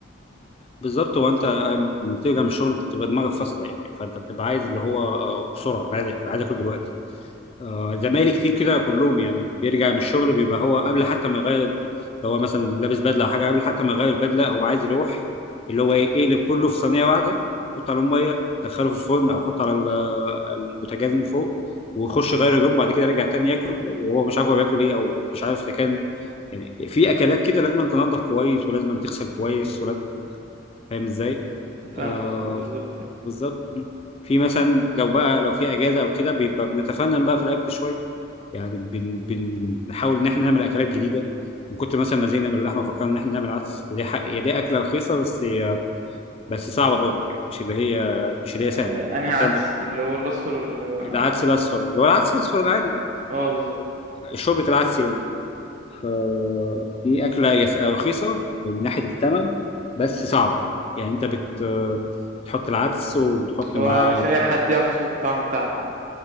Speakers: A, on the left; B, on the right.
A: بالظبط هو انت آم، بترجع من الشغل بتبقى دماغك فاصله يعني فانت بتبقى عايز اللي هو آه، بسرعه انا عايز آكل- عايز اكل دلوقتي آه، زمايلي كتير كده كلهم يعني بيرجع من الشغل بيبقى هو قبل حتى ما يغير هو مثلا لابس بدله او حاجه قبل حتى ما يغير البدله هو عايز يروح اللي هو ايه يقلب كله في صينيه واحده يحط عليهم ميه دخله في الفرن او يحط على ال- البوتاجاز من فوق ويخش يغير هدوم بعد كده يرجع تاني ياكل وهو مش عارف هو بياكل ايه او مش عارف اذا كان يعني في اكلات كده لازم تنضف كويس ولازم تغسل كويس ولازم فاهم ازاي؟
B: فاهمك
A: آه
B: آه، بالضبط آه.
A: بالظبط في مثلا لو بقى لو في اجازه او كده بيبقى بنتفنن بقى في الاكل شويه يعني بن بنحاول ان احنا نعمل اكلات جديده من كتر مثلا ما زهقنا من اللحمه فكرنا ان احنا نعمل عدس دي حق هي دي اكله رخيصه بس هي بس صعبه برضه يعني مش اللي هي مش اللي
B: آآ
A: هي سهله
B: أنهي
A: انت بتعمل
B: عدس، اللي هو الأصفر والّا اللي هو
A: العدس الاصفر اللي هو العدس الاصفر العادي
B: آه بالضبط.
A: شوربه العدس يعني ف- دي اكله هي س- رخيصه من ناحيه الثمن بس صعبه يعني انت بت بتحط العدس وبتحط
B: هو
A: معاه
B: مش أي حد يعرف يضبط الطعم بتاعها كمان.